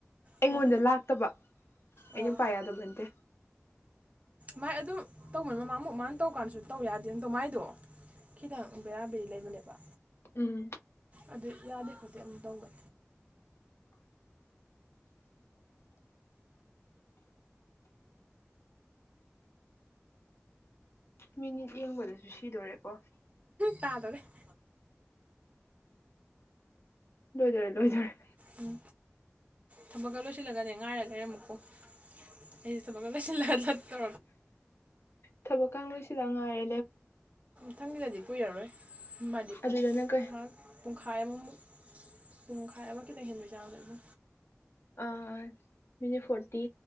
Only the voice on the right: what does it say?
ꯑꯣ
ꯑꯣ
ꯃꯥꯏ ꯑꯗꯨꯝ ꯇꯧꯕꯅꯤ ꯃꯃꯥꯡ ꯃꯛ ꯃꯥꯅ ꯇꯧ ꯀꯥꯟꯗꯁꯨ ꯇꯧ ꯌꯥꯗꯦ ꯑꯝꯇꯣ ꯃꯥꯏꯗꯣ ꯈꯤꯇꯪ ꯕꯦꯔꯥꯕꯕꯦꯔꯤ ꯂꯩꯕꯅꯦꯕ
ꯑꯗꯨ ꯌꯥꯗꯦ ꯈꯣꯠꯇꯦ ꯑꯃꯨꯛ ꯇꯧꯒꯅꯤ
ꯇꯥꯗꯔꯦ <unintelligible>
ꯎꯝ ꯊꯕꯛꯀ ꯂꯣꯏꯁꯤꯜꯂꯒꯅꯦ ꯉꯥꯏꯔꯒꯦ ꯑꯃꯨꯛꯀꯣ ꯆꯁꯤ ꯇꯧꯔꯛ ꯇ
ꯊꯪꯕꯤꯗꯗꯤ ꯀꯨꯏꯔꯔꯣꯏ ꯃꯗꯤꯞ
ꯃꯍꯥꯛꯥꯛ ꯄꯨꯡꯈꯥꯏ ꯑꯃꯃꯨꯛ ꯄꯨꯡꯈꯥꯏ ꯑꯃ ꯈꯤꯇꯪ ꯍꯦꯟꯗꯣꯏ ꯆꯥꯗꯣꯏꯅ